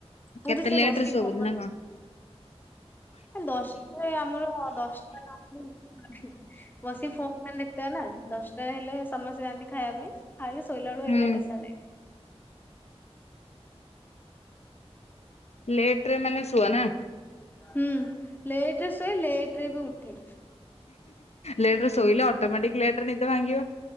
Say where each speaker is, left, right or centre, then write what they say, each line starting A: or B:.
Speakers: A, on the left (about 15°); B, on the left (about 75°).
A: ମୁଁ
B: କେତେ
A: ବି ସେ
B: ଲେଟ
A: ବସିକି
B: ରେ ଶୋଇବ
A: ପବନି
B: ନା କଣ?
A: ଦଶ ଆମର ଦଶଟା ଲ <unintelligible> ବସି ଫୋ ମ ଦେତିବ ନା ଦଶଟା ହେଲେ ସମସ୍ତେ ଯାଆନ୍ତି ଖାଇବା ପାଇଁ ଖାଲି ଶୋଇଲା ବଳୁ
B: ହୁଁ
A: ଏଗାରଟା ସଡେ
B: ଲେଟ ରେ ମାନେ ଶୁଅ ନା।
A: ହୁଁ ଲେଟ୍ ରେ ଶୁଏ ଲେଟ୍ ରେ ବି ଉଠେ।
B: ଲେଟ୍ ରେ ଶୋଇଲେ ଅଟୋମେଟିକ୍ ଲେଟ୍ ରେ ନିଦ ଭାଙ୍ଗିବ।